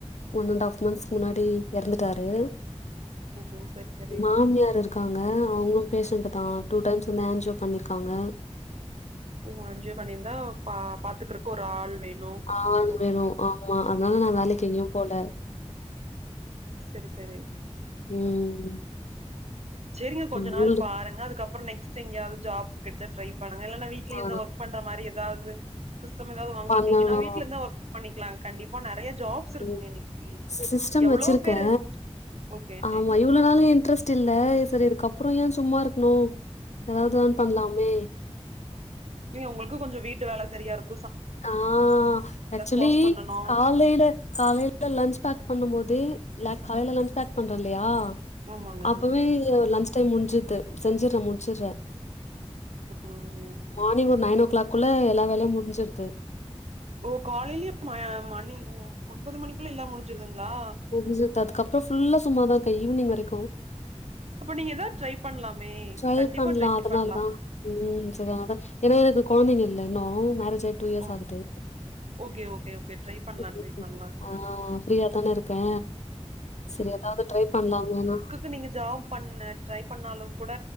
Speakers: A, on the left (about 80°); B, on the right (about 70°).
A: ஒன் அண்ட் ஹாஃப் மந்த்ஸ் முன்னாடி எறந்துட்டாரு
B: ஓ சரி சரி
A: மாமியார் இருக் இருக்காங்க அவங்களு பேஷண்ட் தா டூ டைம்ஸ் வந்து ஆன்ஜியோ பண்ணிருக்காங்க
B: ஓ ஆன்ஜியோ பண்ணியிருந்தா பா பாத்துக்கறக்கு ஒரு ஆள் வேணு
A: ஆளு
B: ஓ
A: வேணு ஆமா அதனால நா வேலைக்கு எங்கயு போல
B: செரி செரி
A: ம்
B: செரிங்க கொஞ்ச
A: உங்களு
B: நாள் பாருங்க அதுக்கப்புற நெக்ஸ்ட் எங்கயாவது ஜாப் கிடைச்சா ட்ரை பண்ணுங்க இல்லனா வீட் வீட்ல இருந்து
A: ஆ
B: ஒர்க் பண்ற மாரி ஏதாவது சிஸ்டம் ஏதாவது வாங்கிட்டீங்கன்னா
A: பண்ணணு
B: வீட்ல இருந்து ஒர்க் பண்ணிக்கலா கண்டிப் இப்ப நெறைய ஜாப்ஸ் இருக்குங்க
A: ம்
B: இன்னைக்கி
A: சிஸ்டம்
B: எவ்ளோ
A: வச்சிருக்கே
B: பேர் ஓகேங்
A: ஆமா இவ்ளோ நாளு இன்ட்ரெஸ்ட் இல்ல செரி இதுக்கப்புற ஏ சும்மா இருக்கணு ஏதாவது ஏர்ன் பண்ணலாமே
B: இல்லீங்க உங்களுக்கு கொஞ்ச வீட்டு வேல சரியா இருக்
A: ஆ ஆக்சுவலி
B: வாஷ் பண்ணனு
A: காலைல காலையில லன்ச் பேக் பண்ணும் போதே ல காலையில லன்ச் பேக் பண்றே இல்லையா
B: ஆமாங்க
A: அப்பவே லஞ்ச் டைம் முடிஞ்சுருது செஞ்சுறே முடிச்சுறே
B: ம்
A: மார்னிங் ஒரு நைன் ஓ கிளாக்குள்ள எல்லா வேலையு முஞ்சிரு
B: ஓ காலையிலயே ம மணி ஓ ஒன்பது மணிக்குள்ள எல்ல முடிஞ்சுருதுங்களா
A: முடிஞ்சுருது அதுக்கப்புறோ ஃபுல்லா சும்மாதா இருக்கே ஈவினிங் வரைக்கு
B: அப்ப நீங்க எதா ட்ரை பண்ணலாமே
A: ட்ரை
B: கண்டிப்பா
A: பண்லா
B: ட்ரை
A: அதனாலதா
B: பண்லா
A: ம் சரிதா அதா ஏன்னா எனக்கு கொழந்தைங்க இல்ல இன்னு மேரேஜ் ஆயி டூ இயர்ஸ்
B: ஓ
A: ஆகுது
B: ஓகே ஓகே ஓகே ட்ரை பண்லா
A: ம்
B: ட்ரை பண்லா
A: ஆ ஆ ஃப்ரீயா தான இருக்கே சரி எதாது ட்ரை பண்ணலாமேனா
B: து நீங்க ஜாப் பண்ண ட்ரை பண்ணாலு கூட